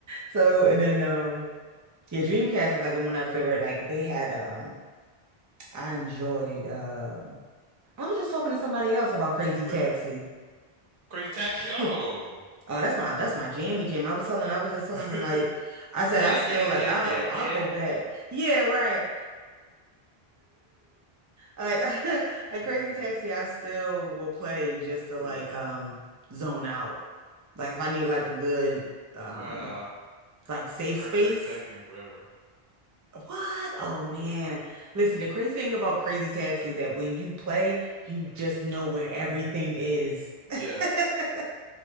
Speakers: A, on the right (about 25°); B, on the right (about 60°).
A: So and then um yeah, Dreamcast was like one of my favorite. Like they had um I enjoyed um I was just talking to somebody else about Crazy
B: Later.
A: Taxi.
B: Crazy Taxi?
A: <laughs>
B: Oh.
A: Oh, that's my that's my jammy jam. I was telling I was just telling
B: <laughs>
A: him like I said
B: Yeah,
A: I still
B: yeah,
A: like
B: yeah,
A: I'll
B: yeah,
A: I'll
B: yeah.
A: go back. Yeah, right. Like <laughs> like
B: Mm,
A: Crazy Taxi, I still will play just to
B: yeah.
A: like um zone out. Like if I need like a good um
B: Wow.
A: like safe
B: Or
A: space.
B: Crazy Taxi in Forever.
A: What? Oh man. Listen, the crazy thing about Crazy Taxi is that when you play, you
B: Mm.
A: just know where everything is.
B: Yes.
A: <laughs>